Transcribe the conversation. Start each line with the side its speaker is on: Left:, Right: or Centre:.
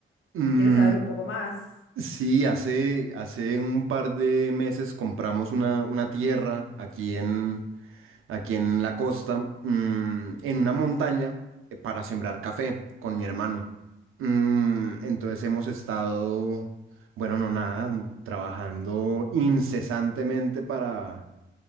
Right: mm,
Left: quiero saber un poco más.
Right: sí, hace, hace un par de meses compramos una, una tierra aquí en. aquí en la costa, mm, en una montaña eh, para sembrar café con mi hermano. Mm, entonces hemos estado, bueno, no nada, trabajando incesantemente para,